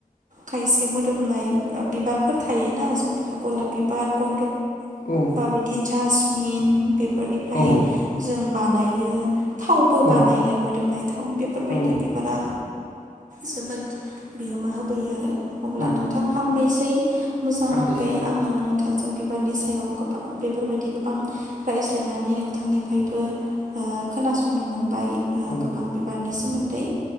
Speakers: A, on the right; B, on the left.
A: खायसे मोदोमनाय बिबारफोर थायोना समफोरा गलाब बिबार ग
B: औ
A: बा बिदि जासमिन बे फोरनिफ्राय
B: औ
A: जों बानायो थावबो
B: औ
A: बानायोमोन <unintelligible> थाव बेफोरबायदि
B: औ
A: बिबारा जोबोद बिहोमा होबोयो आरो अब्ला
B: औ
A: नोंथां हामबाय सै मोजां
B: हामबायसै
A: नांबाय आङो नों थांजों बिबारनि सायाव गोबां बेफोरबायदि गोबां रायज्लायनानै नोंथांनिफ्रायबो ओ खोनासंनो मोनबाय
B: औ
A: गोबां बिबारनि सोमोन्दै